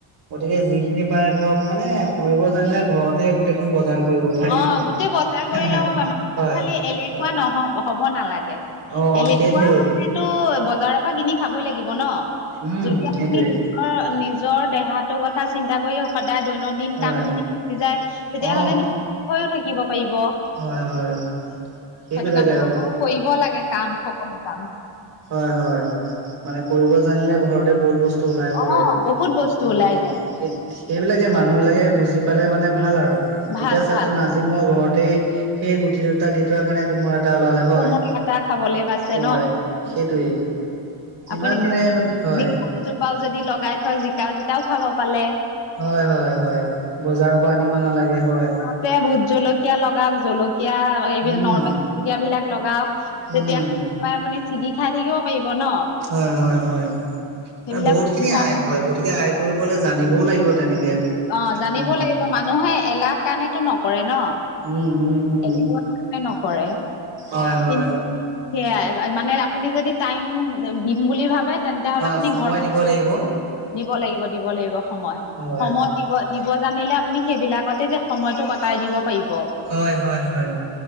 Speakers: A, on the right; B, on the left.
A: গতিকে যিখিনি পাৰে ধৰক মানে, পুহিব জানিলে ঘৰত তেই গোটেইখন বজাৰ কৰিব পাৰি
B: অ
A: আৰু
B: গোটেই বজাৰ কৰি
A: <inaudible>
B: ল'ব পাৰে মানুহ খালি এলেহুৱা
A: হয়
B: নহ হ'ব নালাগে,
A: অ
B: এলেহুৱা
A: সেইটোৱে
B: হ'লে ট বজাৰৰ পৰা কিনি খাব লাগিব ন!
A: উম
B: যদি আপুনি
A: সেইটোৱে
B: অ', নিজৰ দেহাটোৰ কথা চিন্তা কৰি সদায় দৈনন্দিন
A: হয়
B: কাম খিনি কৰি যায়। তেতিয়াহ'লে
A: অ
B: নিৰোগী হৈ থাকিব পাৰিব।
A: হয় হয়
B: সেইটো
A: সেইবিলাকে
B: কাৰণে,
A: আৰু
B: মানুহে কৰিব লাগে কাম, সকলো কাম।
A: হয, হয়। মানে কৰিব জানিলে ঘৰতে বহুত বস্তু স্ত ওলাই পৰে,
B: অ বহুত বস্তু
A: সেইটোৱে।
B: ওলাই যায়
A: সেইবিলাকে, মানুহ বিলাকে বুজি পালে মানে ভাল আৰু‌
B: ভাল
A: এতিয়া চাওকচোন,
B: ভাল
A: আজি মই ঘৰতে সেই গুটি দুটা দি থোৱা কাৰণে কোমোৰা এটা ওলালে। হয়,
B: কোমোৰা এটা খাবলে পাইছে
A: হয়
B: ন
A: সেইটোৱে।
B: আপুনি
A: ইমান মানে, হয়!
B: জিকা দুজোপাও যদি লগাই থয় জিকা কেইটাও খাব পালে।
A: হয়, হয়, হয়। বজাৰৰ পৰা আনিব নালাগে, হয়।
B: এতিয়া ভোট জলকীয়া লগাওক। জলকীয়া এইবিলাক
A: উম
B: নৰ্মেল। কীয়া বিলাক লগাওক, তেতিয়া
A: উম
B: আপুনি ছিগি খাই থাকিব পাৰিব, ন?
A: হয় হয় হয়
B: সেইবিলাক
A: ম বহুত খিনি আয় হয় গতিকে আয় কৰিবলৈ জানিবও লাগিব তেনেকে
B: অ জানিব
A: উম
B: লাগিব মানুহে এলাহ কাৰণেতো নকৰে ন
A: উম উম উম
B: গলে ধৰ মে নকৰে
A: হয় হয়
B: কিন্তু সেয়াই মানে আপুনি যদি টাইম দিম বুলি ভাবে তেন্ত তেতিয়াহ'লে
A: হয়
B: আপুনি
A: সময়
B: ঘৰখন
A: দিব লাগিব অ
B: দিব লাগিব দিব লাগিব সময়
A: হয়
B: সময় দিব জানিলে আপুনি সেইবিলাকতে যে সময়তটো কটাই দিব পাৰিব
A: হয় হয় হয়